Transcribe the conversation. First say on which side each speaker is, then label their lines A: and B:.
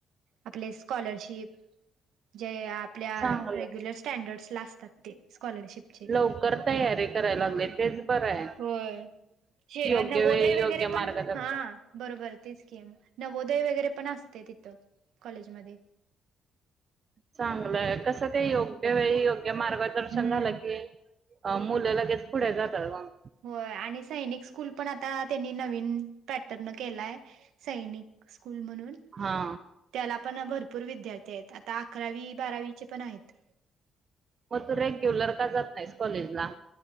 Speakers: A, on the right; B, on the right.
A: आपले स्कॉलरशिप जे, या आपल्या
B: चांगलं.
A: रेग्युलर स्टॅंडर्सला असतात ते स्कॉलरशीप
B: लवकर तयारी करायला लागलोय तेच बरं आहे.
A: होय, हे
B: योग्य
A: नवोदय
B: वेळी योग्य
A: वगैरे पण,
B: मार्गदर्शन.
A: हा बरोबर तेच की, नवोदय वगैरे पण असतय तिथं कॉलेजमध्ये.
B: चांगलंय हाय, कसं ते योग्य वेळी योग्य मार्गदर्शन
A: हम्म
B: झालं की अ, मुलं लगेच पुढे जातात मग
A: होय, आणि सैनिक स्कूल पण आता त्यांनी नवीन पॅटर्न न केलाय सैनिक स्कूल म्हणून.
B: हा
A: त्याला पण भरपूर विद्यार्थी आहेत, आता अकरावी, बारावीचे पण आहेत.
B: मग तू रेग्युलर का जात नाहीस कॉलेजला?